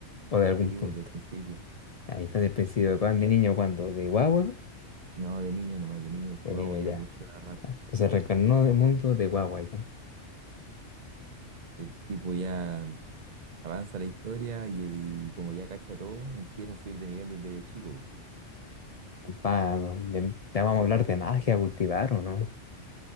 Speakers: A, on the left (about 50°); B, on the right (about 40°).
A: o de algún
B: Sí,
A: punto?
B: pues del principio.
A: Ahí fue del principio, ¿de cuándo? ¿De niño cuándo? ¿De guagua?
B: No, de niño nomás, de niño, porque
A: De
B: guau,
A: niño
B: ya
A: ya.
B: mucho narrar.
A: Pues se reencarnó del mundo de Wawayan.
B: El tipo ya avanza la historia y, y como ya cacha todo, empieza a subir de nivel desde chico. pues.
A: Pa- de- ya vamos a hablar de magia, cultivar o no.